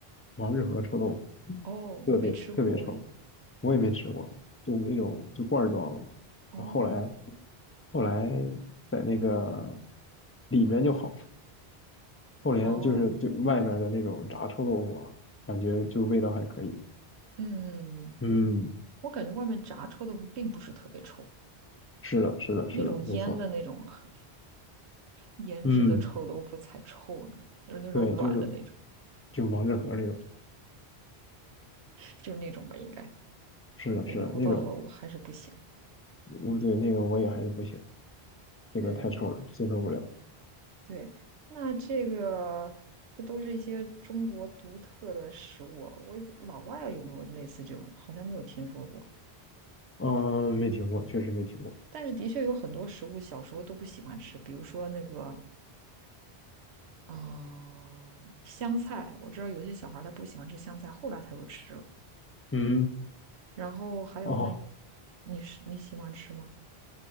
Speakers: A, on the left; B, on the right.
A: 王致和臭豆腐，
B: 哦，
A: 特别特别臭，
B: 我没吃过诶。
A: 我也没吃过，就那种就罐儿装的嘛。
B: 哦
A: 然后后来后来在那个里面就好，后来就是就外面的那种炸臭豆腐啊，
B: 哦，
A: 感觉就味道还可以。
B: 嗯。
A: 嗯，
B: 我感觉外面炸臭豆腐并不是特别臭，
A: 是的，是的，
B: 那种腌的那种很
A: 是的，没错。
B: 腌制的臭豆腐才臭呢，
A: 嗯，
B: 就是那种软的那种，
A: 对，就是就王致和那种，
B: 就是那种吧，应该。
A: 是的，
B: 对对，
A: 是的，
B: 我到我我还是不行。
A: 那种，我对那个我也还是不行。那个太臭了，
B: 对对对
A: 接受不了。
B: 对，那这个这都是一些中国独特的食物，我也不老外啊有没有类似这种，好像没有听说过。
A: 嗯，没听过，确实没听过。
B: 但是的确有很多食物小时候都不喜欢吃，比如说那个啊、呃香菜，我知道有些小孩儿他不喜欢吃香菜，后来他又吃了。
A: 嗯，
B: 然后还有那，
A: 哦，
B: 你是你喜欢吃吗？